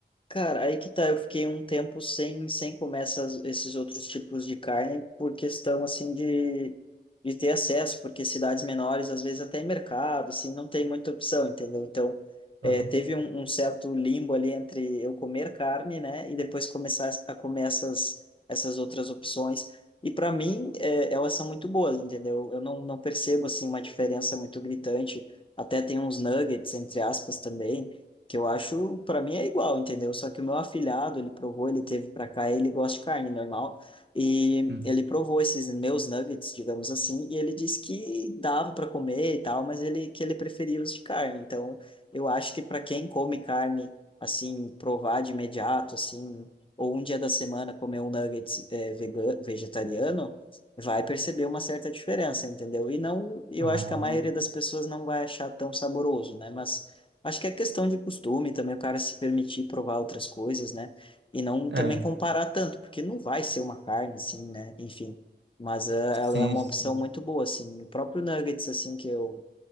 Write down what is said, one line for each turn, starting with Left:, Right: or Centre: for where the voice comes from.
Left: Cara, aí que tá, eu fiquei um tempo sem, sem comer essas, esses outros tipos de carne por questão, assim, de, de ter acesso, porque cidades menores, às vezes até em mercado, assim, não tem muita opção, entendeu? Então, é,
Right: Aham,
Left: teve um, um certo limbo ali entre eu comer carne, né, e depois começar a comer essas, essas outras opções. E para mim, é, elas são muito boas, entendeu? Eu não, não percebo, assim, uma diferença muito gritante. Até tem uns nuggets, entre aspas, também, que eu acho, pra mim é igual, entendeu? Só que o meu afilhado, ele provou, ele teve pra cá, ele gosta de carne normal, e
Right: uhum.
Left: ele provou esses meus nuggets, digamos assim, e ele disse que dava pra comer e tal, mas ele que ele preferia os de carne. Então, eu acho que pra quem come carne, assim, provar de imediato, assim, ou um dia da semana comer um nugget é, vegano, vegetariano, vai perceber uma certa diferença, entendeu? E não, eu
Right: Oh,
Left: acho que a maioria das pessoas não vai achar tão saboroso, né? Mas Acho que é questão de costume também, o cara se permitir provar outras coisas, né? E não também
Right: é.
Left: comparar tanto, porque não vai ser uma carne, assim, né? Enfim. Mas eh,
Right: Sim,
Left: ela é uma
Right: sim.
Left: opção muito boa, assim. O próprio nuggets, assim, que eu